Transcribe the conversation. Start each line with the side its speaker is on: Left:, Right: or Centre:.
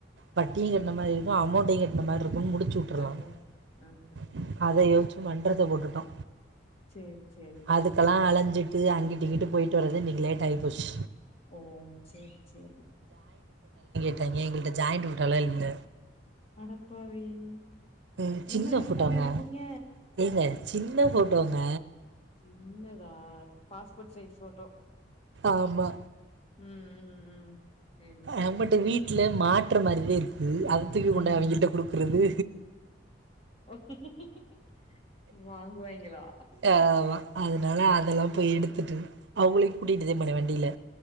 Right: வட்டியு கட்ன மாதிரி இருக்கு அமௌன்டையு கட்ன மாரி இருக் முன் முடிச்சு உட்ருலாஅதை
Left: அங்க ஆ
Right: யோசிச்சு
Left: சேரி
Right: மன்றத்த போட்டுட்டோ
Left: சேரி சேரிங்க
Right: அதுக்கெல்லாம்
Left: ஆ
Right: அலஞ்சிட்டு அங்கே இங்கட்டு போயிட்டு வறது இன்னகி லேட் தைபுஷ்
Left: ஓ செரி செரி
Right: எங்கிட்ட ஜாயிண்டுபோடாலா இல்ல
Left: அடபாவி இன்னும்மா
Right: ம் சின்ன
Left: எடுக்காம
Right: ஃபோட்டோங்க
Left: இருக்கீங்க
Right: ஏங்க சின்ன போட்டோங்க
Left: இல்ல பாஸ்போ்ட் சைஸ் போட்டோ
Right: ஆமா
Left: உம் ம் ம் சேரி சேரி
Right: யனபட்ட வீட்டுல மாட் முற்றும் அறிவீர் அத துக்கிகெண்டு
Left: ம்
Right: அவங்கிட்ட கொடுக்கறது
Left: <unintelligible> வாங்குவாங்கிலா
Right: ஆமா அதனால அதெல்லாம் போய் எடுத்துட்டு அவங்களையு கூட்டிட்டுதே
Left: சேரி
Right: போணே வண்டியில